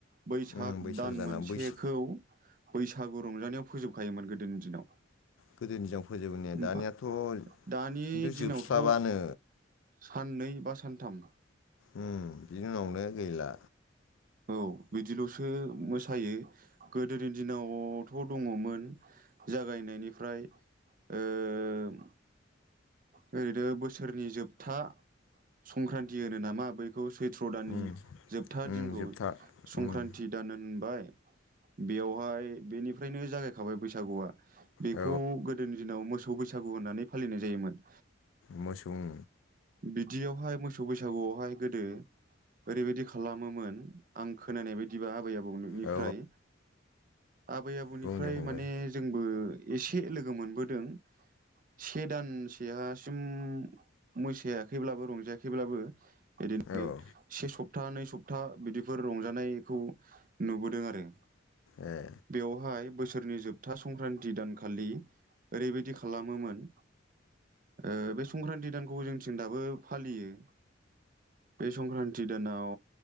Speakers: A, on the right (about 45°); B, on the left (about 80°).
A: बैसाग
B: उम
A: दान
B: दाना
A: मोनसेखौ
B: बैसो
A: बैसागु रंजानायाव फोजोबखायोमोन गोदोनि दिनाव।
B: गोदोनि दिनाव फोजोबबोने
A: ओमफ्राय
B: दानियाथ'
A: दानि
B: खिन्थु
A: दिनावथ'
B: जोबस्रालानो
A: साननै बा सानथाम
B: उम बिनि उनावनो गैला।
A: औ बिदिल'सो मोसायो। गोदोनि दिनावथ' दङमोन जागायनायनिफ्राय ओम ओरैनो बोसोरनि जोबथा संक्रान्ति होनो नामा बै खौ सैथ्र' दाननि
B: उम
A: जोबथा
B: उम
A: दिनखौ
B: जोबथा
A: संक्रान्ति
B: उम
A: दान होनबाय बेयावहाय बेनिफ्रायनो जागायखाबाय बैसागुआ। बेखौ
B: औ
A: गोदोनि दिनाव मोसौ बैसागु होननानै फालिनाय जायोमोन।
B: मोसौ ओं।
A: बिदियावहाय मोसौ बैसागुआवहाय गोदो ओरैबायदि खालामोमोन आं खोनानाय बायदिबा आबै आबौनि निफ्राय
B: औ
A: आबै आबौनिफ्राय
B: बुं दे फंबाय
A: माने जोंबो एसे लोगो मोनबोदों से दानसेहासिम मोसायाखैब्लाबो रंजायाखैब्लाबो इदिनो
B: औ औ
A: से सप्ता नै सप्ता बिदिफोर रंजानायखौ नुबोदों आरो।
B: ए
A: बेयावहाय बोसोरनि जोबथा संक्रान्ति दानखालि ओरैबायदि खालामोमोन ओ बे संक्रान्ति दानखौ जोंथिं दाबो फालियो। बे संक्रान्ति दानाव